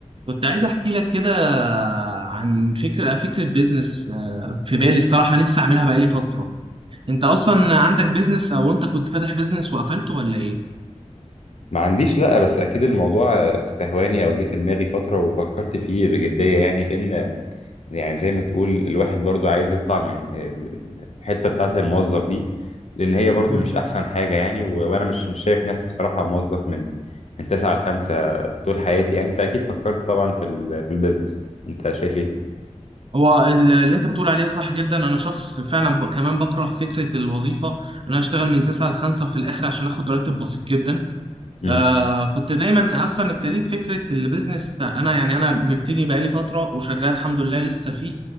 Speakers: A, on the right; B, on the left.
A: كنت عايز احكي لك كده عن فكره فكره بيزنس آه، في بالي صراحه نفسي اعملها بقالي فتره انت اصلا عندك بيزنس او انت كنت فاتح بيزنس وقفلته ولا ايه
B: ما عنديش لأ بس أكيد الموضوع استهواني أو جه في دماغي فترة وفكرت فيه بجدية يعني لأن يعني زي ما تقول الواحد برضو عايز يطلع من ال- ال- الحتة بتاعة الموظف دي لأن هي برضو
A: مم.
B: مش أحسن حاجة يعني و- وأنا مش مش شايف نفسي بصراحة موظف من من تسعة لخمسة طول حياتي يعني فأكيد فكرت طبعا في ال في البيزنس أنت شايف إيه؟
A: هو ال- اللي انت بتقول عليه ده صح جدا انا شخص فعلا ب... كمان بكره فكره الوظيفه ان انا اشتغل من 9 ل 5 وفي الاخر عشان اخد راتب بسيط جدا
B: امم
A: آه كنت دايما اصلا ابتديت فكره البيزنس ده. انا يعني انا مبتدي بقالي فتره وشغال الحمد لله لسه فيه